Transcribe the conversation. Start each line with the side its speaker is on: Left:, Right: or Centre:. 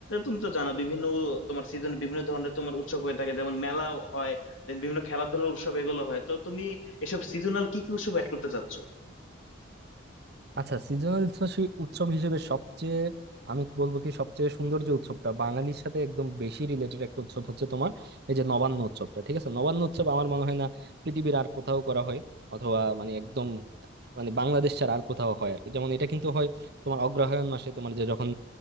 Left: তুমি তো জানো বিভিন্ন তোমার সিজনে বিভিন্ন ধরনের তোমার উৎসব হয়ে থাকে যেমন মেলা হয় দেন বিভিন্ন খেলাধুলার উৎসব এগুলো হয় তো তুমি এসব সিজনাল কি কি উৎসব অ্যাড করতে চাচ্ছ
Right: আচ্ছা সিজনাল উৎসব হিসেবে সবচেয়ে আমি বলবো কি সবচেয়ে সুন্দর যে উৎসবটা বাঙালির সাথে একদম বেশি রিলেটেড একটা উৎসব হচ্ছে তোমার এই যে নবান্ন উৎসবটা ঠিক আছে নবান্ন উৎসব আমার মনে হয় না পৃথিবীর আর কোথাও করা হয় অথবা মানে একদম মানে বাংলাদেশ ছাড়া আর কোথাও হয় আর কি যেমন এটা কিন্তু হয় তোমার অগ্রহায়ণ মাসে তোমার যে যখন